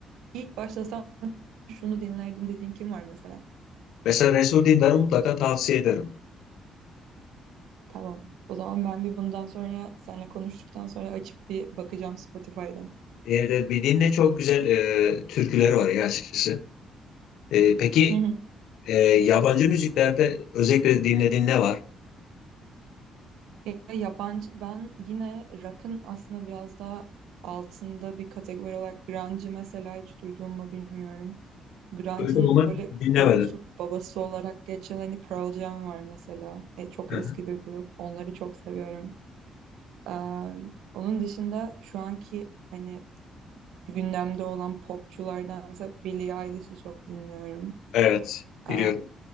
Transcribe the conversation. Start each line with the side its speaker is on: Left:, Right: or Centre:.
Right: ilk başlasam şunu dinlerdim dediğin kim var mesela?
Left: Mesela Resul Dindar'ı mutlaka tavsiye ederim.
Right: Tamam. O zaman ben bir bundan sonra seninle konuştuktan sonra açıp bir bakacağım Spotify'dan.
Left: Ee, bir dinle çok güzel e, türküleri var ya açıkçası. Ee, peki
Right: Hı hı.
Left: Ee, yabancı müziklerde özellikle dinlediğin ne var?
Right: Ya yabancı ben yine rock'ın aslında biraz daha altında bir kategori olarak grunge'ı mesela hiç duyduğumu bilmiyorum. Grunge'ın
Left: Duydum ama
Right: böyle
Left: dinlemedim.
Right: kurucusu babası olarak geçen hani Pearl Jam var mesela. E, çok
Left: Hı
Right: eski
Left: hı.
Right: bir grup. Onları çok seviyorum. Ee, onun dışında şu anki hani gündemde olan popçulardan mesela Billie Eilish'i çok dinliyorum.
Left: Evet, biliyorum.
Right: Ee,